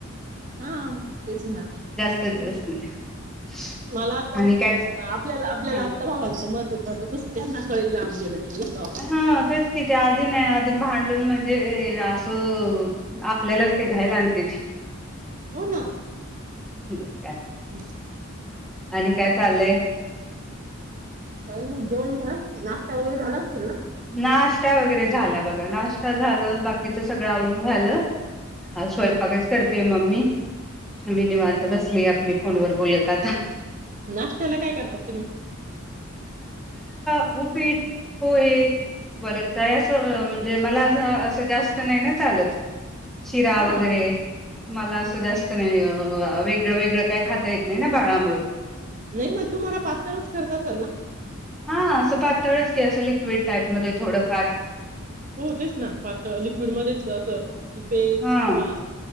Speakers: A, on the right; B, in the centre.
A: हा तेचं ना
B: <unintelligible>
A: मला आता
B: आणि काय
A: आपल्याला आपल्याला
B: हा
A: आता भावांच महत्त्व महत्त्व तस त्यांना कळेल <unintelligible> भावांच
B: हम तेचं की ते आधी नाही आधी भांडण म्हणजे असं हम आपल्यालाच ते घाईला आणत्याती.
A: हो ना
B: मग काय
A: <inaudible>
B: आणि काय चाललय
A: काही नाही जेवण झालं का तुझं, नाष्टा वगैरे झाला असेल ना.
B: नाश्ता वगैरे झाला बघा, नाश्ता झालं बाकीचं सगळं आवरून झालं. अ स्वयंपाकच
A: ह ह
B: करतेय मम्मी मी निवांत बसली आपली फोनवर बोलत आता
A: नाश्त्याला काय करतात तुम्ही
B: उपिट, पोहे बर काय असं म्हणजे मला असं जास्त नाही ना चालत. शिरा
A: हा
B: वगैरे मला असं जास्त नाही वेगळं-वेगळं काय खाता येत नाही ना बाळामूळं
A: नाही मग तुम्हाला पातळच करत असाल ना.
B: हा असं पातळच की असं लिक्विड टाईपमध्ये थोडं फार
A: हो होतेच ना पातळ लिक्विडमध्येच असं पेज
B: हा
A: किंवा